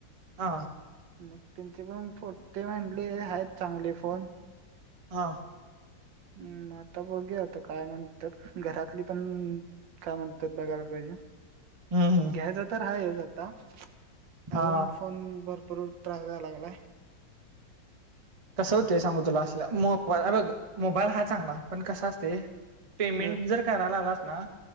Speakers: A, on the right (about 30°); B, on the right (about 85°).
A: हां.
B: मग त्यांचे पण फोट् ते म्हणले हायत चांगले फोन.
A: हा.
B: हम् आता बघुया आता काय म्हणत्यात घरातली. पण काय म्हणत्यात बघायला पायजे.
A: हं हं.
B: ह्याचा तर हायच आत्ता. अजून
A: हा
B: फोन भरपूर त्रास द्याय लागलाय.
A: कसं होतंय सांगू तुला असला म बघ मोबाईल हा चांगला पण कसं अस -ते पेमेंट
B: ह,
A: जर करा लागलास ना